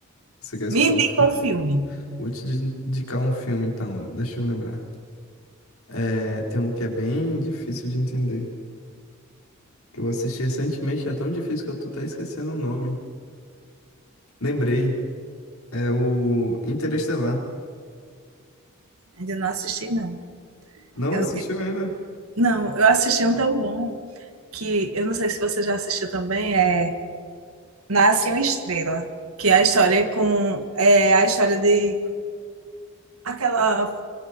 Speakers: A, on the left (about 85°); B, on the right (about 85°).
A: Você quer escutar
B: me indica
A: um filme?
B: um filme.
A: Vou te di- indicar um filme, então. Deixa eu lembrar. É, tem um que é bem difícil de entender. Que eu assisti recentemente, é tão difícil que eu tô até esquecendo o nome. Lembrei. É o Interestelar.
B: Ainda não assisti, não.
A: Não
B: Eu,
A: assistiu
B: eu-
A: ainda?
B: não, eu assisti um tão bom que eu não sei se você já assistiu também, é Nasce uma Estrela, que é a história com é a história de aquela